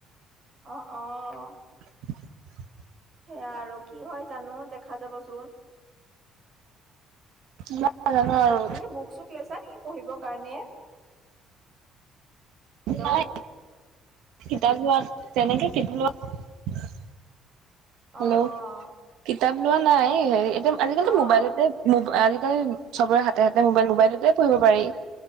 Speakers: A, on the right; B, on the right.
A: অ', অ'।
B: <inaudible>
A: সেয়া আৰু কি হয় জানো দেখা যাবচোন।
B: কিমান নাজানো আৰু
A: এনে বুক চুক লৈছা নেকি পঢ়িবৰ কাৰণে? হেল্ল'
B: নাই কিতাপ লোৱাৰ তেনেকে কিতাপ লোৱা হেল্ল'
A: অ', অ'।
B: কিতাপ লোৱা নাই হেৰি এতিয়া আজিকালিতো
A: অ',
B: মোবাইলতে আজিকালি চবৰে হাতে হাতে মোবাই মোবাইলতে
A: মো-
B: পঢ়িব পাৰি।